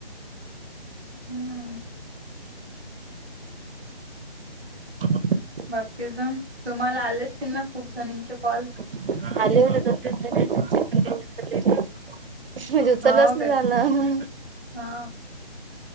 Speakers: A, in the centre; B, on the right (about 65°).
A: हम्म
B: <inaudible>
A: बाकी तुम्हाला आले असतील ना खूप जणांचे कॉल.
B: <unintelligible> म्हणजे उचलच
A: हो
B: नाही
A: काय
B: झालं.
A: हा